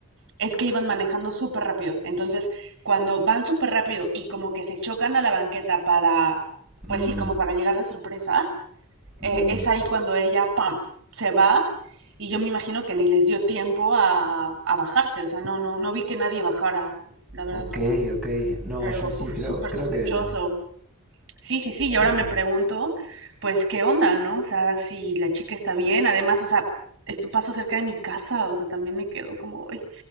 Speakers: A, on the right (about 55°); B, in the centre.
A: es que iban manejando súper rápido. Entonces, cuando van súper rápido y como que se chocan a la banqueta para, pues
B: Mm,
A: sí, como para llegar de sorpresa, eh,
B: mm,
A: es ahí cuando ella, ¡pam!, se va y yo me imagino que ni les dio tiempo a, a bajarse. O sea, no, no, no vi que nadie bajara. La verdad,
B: ok,
A: no, no.
B: ok. No,
A: Pero
B: yo sí,
A: uf,
B: creo,
A: súper
B: creo
A: sospechoso.
B: que.
A: Sí, sí, sí, y ahora
B: uh,
A: me pregunto, pues, ¿qué onda, no? O sea, si la chica está bien, además, o sea, esto pasó cerca de mi casa, o sea, también me quedo como, ay,